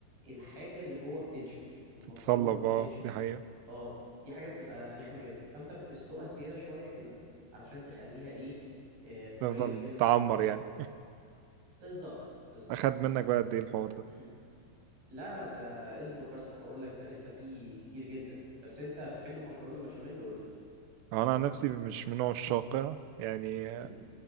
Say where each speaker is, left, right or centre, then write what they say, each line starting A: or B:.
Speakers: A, on the right; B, on the right.
A: الحاجة اللي جوه بتنشف المكرونة
B: تتصلب
A: بتنشف
B: اه دي حقيقه
A: اه دي حاجة بتبقى رخمة جدا فانت بتسلقها زيادة شوية كده علشان تخليها ايه آه، طرية
B: تفضل
A: كده
B: تعمر
A: وكويسة
B: يعني
A: بالظبط بالظبط
B: اخد منك بقى قد ايه الحوار ده
A: <laughs> لا ده اصبر بس هقول لك ده لسه فيه كتير جدا بس انت بتحب المكرونه البشاميل قول لي
B: انا عن نفسي مش من نوع الشاقة يعني
A: امم